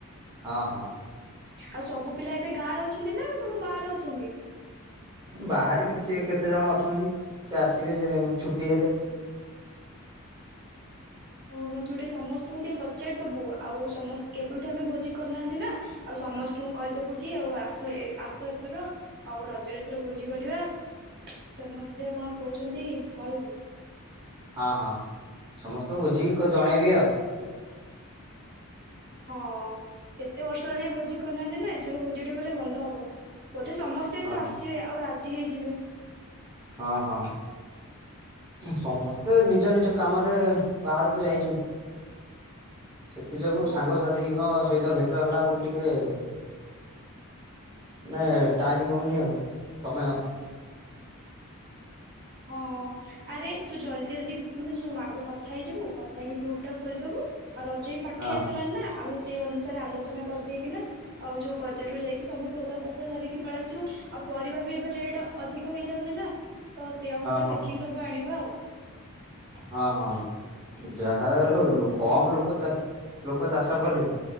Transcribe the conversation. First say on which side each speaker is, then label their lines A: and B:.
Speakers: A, on the right (about 20°); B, on the right (about 50°).
A: ହଁ ହଁ
B: ଆଉ ସବୁ ପିଲା ଏବେ ଗାଁ ର ଅଛନ୍ତି ନା ସବୁ ବାହ ଅଛନ୍ତି।
A: ବାହାରେ କିଛି କେତେ ଜଣ ଅଛନ୍ତି ସେ ଆସିବେ ଛୁଟି ହେଲେ
B: ଓହୋ ତୁ ଟିକେ ସମସ୍ତଙ୍କୁ ଟିକେ ପଚାରିଦବୁ ଆଉ ସମସ୍ତ କେବେଠୁ ଆମେ ଭୋଜି କରିନାହାନ୍ତି ନା ଆଉ ସମସ୍ତଙ୍କୁ କହିଦବୁ କି ଆଉ ଆସ ଆସ ଏଥର ଆଉ ରଜରେ ଏଥର ଭୋଜି କରିବା ସମସ୍ତେ ଯ କଣ କହୁଛନ୍ତି କହିବୁ
A: ହଁ ହଁ ସମସ୍ତଙ୍କୁ ବୁଝିକି ଜଣେଇବି ଆଉ
B: ହଁ କେତେ ବର୍ଷ ଲାଗି ଭୋଜି କରିନାହାନ୍ତି ନା ଏଥର ଭୋଜି ଟେ କଲେ ଭଲ ହବ ବୋଧେ ସମସ୍ତେ ଏଥିରୁ
A: ହଁ
B: ଆସିବେ ଆଉ ଆଜି ହେଇଯିବେ
A: ହଁ ହଁ ସମସ୍ତେ ନିଜ ନିଜ କାମରେ ବାହାରକୁ ଯାଇଛନ୍ତି ସେଥି ଯୋଗୁ
B: ହଁ
A: ସାଙ୍ଗସାଥିୀଙ୍କ ସହିତ ଭେଟ ଗଟ ହେଲା କ ଟିକେ ମାନେ ଟାଇମ ହଉନି ଆଉ ସମୟ
B: ହଁ ଆରେ ତୁ ଜଲ୍ଦି ଜଲଦି ମାନେ ଶୁଣ ଆଗ କଥା ହେଇଯିବୁ କଥା ହେଇକି ଗ୍ରୁପ ଟା ଖୋଲିଦବୁ ଆଉ ରଜ ବି ପାଖେଇ
A: ହଁ
B: ଆସିଲାନି ନା ଆମେ ସେଇ ଅନୁସାରେ ଆଲୋଚନା କରିଦେଇକିନା ଆଉ ଯୋଉ ବଜାରରୁୁ ଯାଇକି ସବୁ ସୌଦା ପତ୍ର ଧରିକି ପଳସିବା ଆଉ ପରିବା ବି ଏବେ ରେଟ ଅଧିକ ହେଇଯାଉଛି ନା ତ ସେଇ ଅନୁସାରେ
A: ହଁ
B: ଦେଖିକି ସବୁ ଆଣିବା ଆଉ
A: ହଁ ହଁ ଯାହା କମ୍ ଲୋକ ଲୋକ ଚାଷ କଲେ